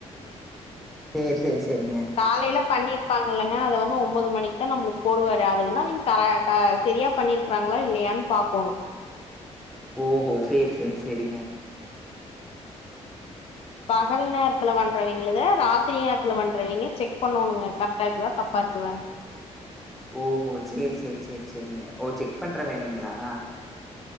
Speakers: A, in the centre; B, on the left.
A: சேர் சேர் செரிங்க
B: காலைல பண்ணிருப்பாங்க இல்லங்க அத வந்து ஒம்பது மணிக்குதா நம்மளுக்கு போடுவாரு அது வந்து அவங்க கர க சரியா பண்ணிருக்குறாங்களா இல்லையான்னு பாக்கோணு
A: ஓஹோ சேர் சேர் செரிங்க
B: பகல் நேரத்துல பண்றவிங்களத ராத்திரி நேரத்துல பண்றவிங்க செக் பண்ணோணுங்க கரெக்டா இருக்குதா தப்பா இருக்குதானு
A: ஓஹோ சேர் சேர் சேர் செரிங்க ஓ செக் பண்ற வேலைங்களா